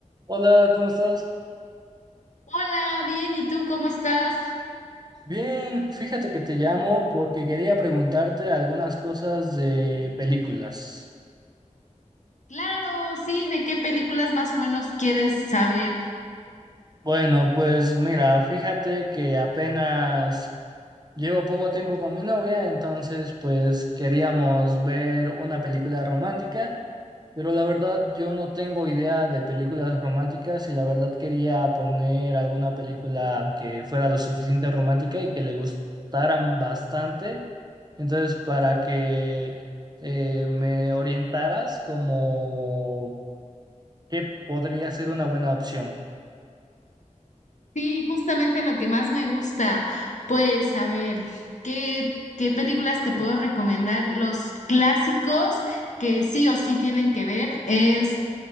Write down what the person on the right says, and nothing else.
Hola, ¿cómo estás?
Bien, fíjate que te llamo porque quería preguntarte algunas cosas de películas.
Bueno, pues mira, fíjate que apenas llevo poco tiempo con mi novia, entonces pues queríamos ver una película romántica, pero la verdad yo no tengo idea de películas románticas y la verdad quería poner alguna película que fuera lo suficiente romántica y que le gustaran bastante. Entonces, para que eh, me orientaras como qué podría ser una buena opción.